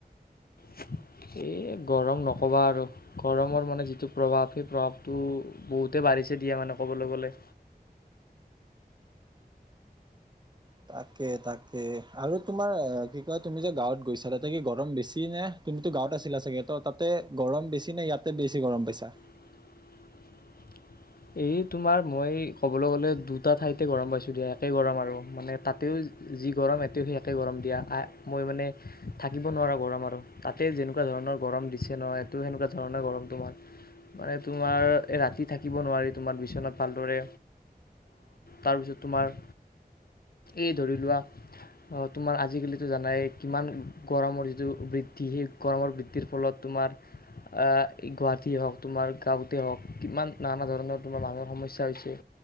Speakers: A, on the left; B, on the right.
A: <unintelligible> <inaudible> এই গৰম নক'বা আৰু গৰমৰ মানে যিটো প্ৰভাৱ সেই প্ৰভাৱটো বহুতে বাঢ়িছে। এতিয়া মানে ক'বলৈ গ'লে
B: তাকে তাকে, আৰু তোমাৰ কি কয় তুমি যে গাঁৱত গৈছালা ত কি গৰম বেছি নে তুমিতো গাঁৱত আছিলা চাগে ত তাতে গৰম বেছি নে ইয়াতে বেছি গৰম পাইছা
A: <unintelligible> <inaudible> এই তোমাৰ মই ক'বলৈ গ'লে দুটা ঠাইতে গৰম পাইছো দিয়া একে গৰম আৰু মানে তাতেও যি গৰম এট সেই একে গৰম দিয়া আহ মই মানে থাকিব নোৱাৰা গৰম আৰু তাতে যেনেকুৱা ধ ধৰণৰ গৰম দিছে নহয়, মানে তোমাৰ এই ৰাতি থাকিব নোৱাৰি তোমাৰ বিচনাত ভালদৰে তাৰপিছত তোমাৰ এই ধৰি লোৱা অ তোমাৰ আজিকালিতো জানাই কিমান গৰমৰ যিটো বৃদ্ধি সেই গৰমৰ বৃদ্ধিৰ ফলত তোমাৰ আ গুৱাহাটীয়ে হওক তোমাৰ গাঁৱতে হওক কিমান নানা ধৰণৰ তোমাৰ মানুহৰ সমস্যা হৈছে